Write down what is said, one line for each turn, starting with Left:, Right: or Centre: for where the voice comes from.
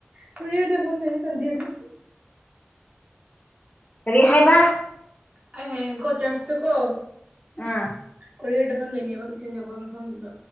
Right: ꯀꯣꯔꯤꯋꯥꯔꯗ ꯐꯥꯝꯗꯣꯢꯅꯦ
Left: ꯀꯔꯤ ꯍꯥꯏꯕ
Right: ꯑꯩ ꯍꯌꯦꯡꯒꯣ ꯆꯥꯔꯇꯒꯣ
Left: ꯎꯝ
Right: ꯀꯣꯔꯤꯌꯔꯗ ꯐꯝ ꯂꯩꯅꯦꯕ ꯏꯁꯩ ꯁꯛꯄꯒꯤ ꯃꯐꯝꯗꯨꯗ